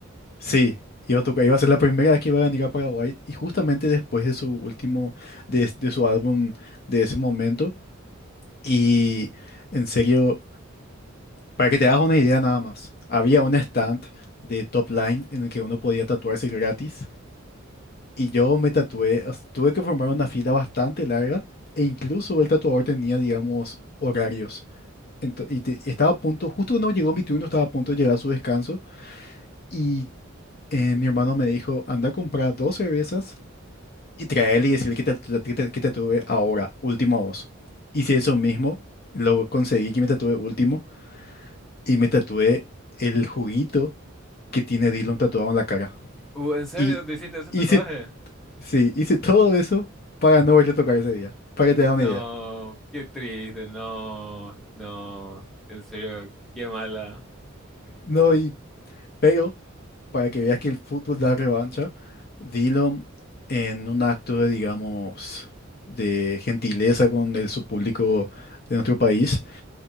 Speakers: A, on the left; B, in the centre.
A: sí, iba a tocar, iba a ser la primera vez que iba a venir a Paraguay y justamente después de su último, de de su álbum de ese momento y en serio... Para que te hagas una idea nada más, había un stand de top line en el que uno podía tatuarse gratis y yo me tatué, o sea, tuve que formar una fila bastante larga e incluso el tatuador tenía, digamos, horarios. Ento- y te- estaba a punto, justo cuando llegó mi turno, estaba a punto de llegar a su descanso y eh, mi hermano me dijo, anda a comprar dos cervezas y traerle y decirle que te, tatu- que te, que te tatúe ahora, último a vos. Hice eso mismo, lo conseguí que me tatué último. y me tatué el juguito que tiene Dylan tatuado en la cara.
B: Uh, ¿en serio
A: Y
B: te hiciste ese
A: hice,
B: tatuaje?
A: sí, hice todo eso para no verlo tocar ese día, para que te da
B: No,
A: una idea.
B: qué triste, no, no, en serio, qué mala.
A: No, y, pero para que veas que el fútbol da revancha, Dylan en un acto de, digamos, de gentileza con el, su público de nuestro país,